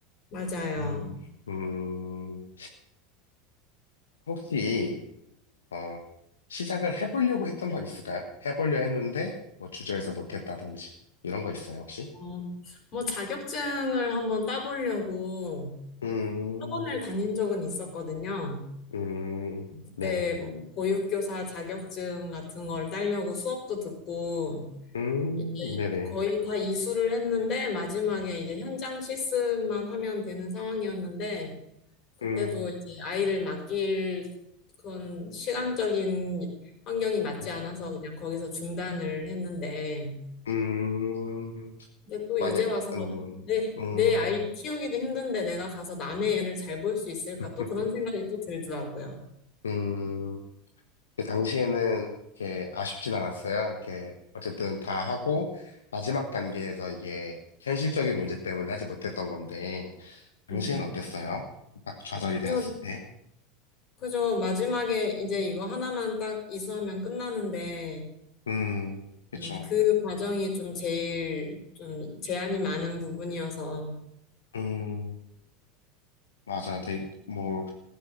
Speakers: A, on the left (about 45°); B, on the left (about 75°).
A: 맞아요.
B: 음, 음, 혹시, 어, 시작을 해보려고 했던 건 있을까요? 해보려 했는데, 뭐 주저해서 못했다든지, 이런 거 있어요, 혹시?
A: 어, 뭐 자격증을 한번 따보려고
B: 음,
A: 학원을 다닌 적은 있었거든요.
B: 음,
A: 그때
B: 네네.
A: 뭐 보육교사 자격증 같은 걸 따려고 수업도 듣고
B: 음,
A: 이제
B: 네네.
A: 거의 다 이수를 했는데 마지막에 이제 현장 실습만 하면 되는 상황이었는데 그때도
B: 음.
A: 이제 아이를 맡길 그런 시간적인 환경이 맞지
B: 아.
A: 않아서 그냥 거기서 중단을 했는데,
B: 음,
A: 근데 또
B: 만약,
A: 이제 와서
B: 음,
A: 내,
B: 음,
A: 내 아이 키우기도 힘든데 내가 가서 남의 애를 잘 볼 수 있을까?
B: <laughs>
A: 또 그런 생각이 또 들더라고요.
B: 음, 그 당시에는 이렇게 아쉽진 않았어요. 이렇게 어쨌든 다 하고 마지막 단계에서 이게 현실적인 문제 때문에 하지 못했던 건데
A: 네.
B: 당시에는 어땠어요? 딱 좌절이 되었을
A: 그죠,
B: 때.
A: 그죠. 마지막에 이제 이거 하나만 딱 이수하면 끝나는데,
B: 음, 그쵸.
A: 음, 그 과정이 좀 제일 좀 제한이 많은 부분이어서,
B: 음. 맞아요. 되게, 뭐,